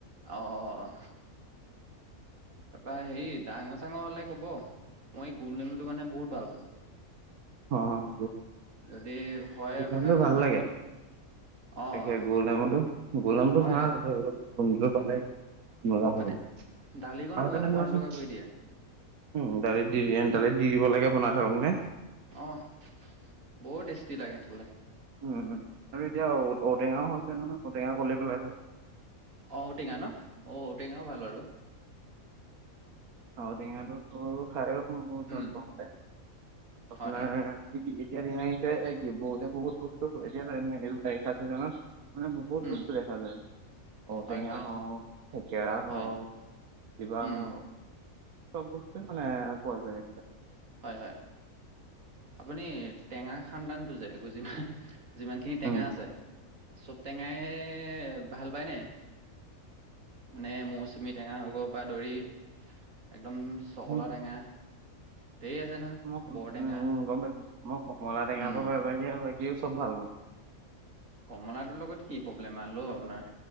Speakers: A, on the right; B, on the right.
A: অ', অ', অ' তাৰপৰা হেৰি ডাঙৰ চাঙৰ হলে ক'ব মই গোলনেমুটো কাৰণে বহুত ভাল পাওঁ।
B: অ'
A: যদি হয়
B: দোকানটো
A: আপোনাক
B: ভাল
A: জনাম
B: লাগে।
A: বোলো অ
B: তাকে গোলনেমুটো, গোলনেমুটো
A: হয়
B: ভাল এইটোতো পালে মজা
A: মানে
B: আৰু,
A: দালিকণ
B: আহোঁতে
A: বৰ
B: নামিবাচুন।
A: সোৱাদ লগা কৰি দিয়ে
B: উ, দালিত দি দালিত দি দিব লাগে বনা থৰ নে।
A: অ' বহুত টেষ্টি লাগে বোলে।
B: উম, উম, আৰু এতিয়া ঔ-ঔটেঙাও হৈছে নহয় ঔটেঙাও কলি পেলাইছে।
A: ঔটেঙা ন' অ' ঔটেঙাও ভাল বাৰু।
B: হত ঔটেঙাটোতো খায় বহুত ভাল
A: উম
B: পাওঁ তে আপোনাৰ
A: হয়
B: এতিয়া দিন আহিছে বহুতে বহুত বস্তু এতিয়া বাৰিষা ছিজিনত মানে বহুত
A: উম
B: বস্তু দেখা যায় ঔটেঙা
A: হয় হয়
B: হওক থেকেৰা হওক
A: হয়
B: কিবা
A: উম
B: হওক চব বস্তু মানে পোৱা যায়।
A: হয় হয় আপুনি টেঙা খান্দানতটো যে গুজি যিমানখিনি টেঙা
B: উম,
A: আছে চব টেঙাই ভাল পায় নে? মানে মৌচুমী টেঙা হৈব পৰা ধৰি একদম চকলা
B: উম,
A: টেঙা ধেৰ আছে নহয়
B: মই উম,
A: বৰ টেঙা
B: উম, গম পাইছো মই কমলা টেঙাৰ
A: উম
B: বাহিৰে চব ভাল পাও।
A: কমলাটোৰ লগত কি প্ৰব্লেম আল আপোনাৰ